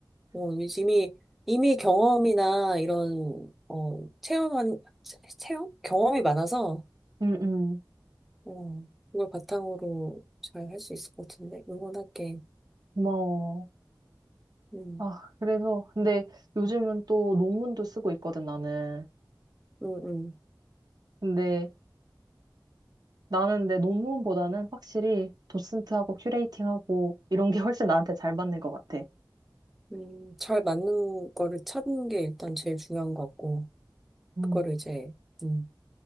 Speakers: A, in the centre; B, on the right.
A: 어, 이미, 이미 경험이나 이런, 어, 체험한, 체- 체험? 경험이 많아서,
B: 응, 응.
A: 어, 그걸 바탕으로 잘 할 수 있을 것 같은데, 응원할게.
B: 고마워.
A: 음,
B: 아, 그래서, 근데 요즘은 또 논문도 쓰고 있거든, 나는.
A: 음, 음,
B: 근데 나는 내 논문보다는 확실히 도슨트하고 큐레이팅하고 이런 게 <laughs> 훨씬 나한테 잘 맞는 것 같아.
A: 음, 잘 맞는 거를 찾는 게 일단 제일 중요한 것 같고,
B: 음,
A: 그거를 이제, 음,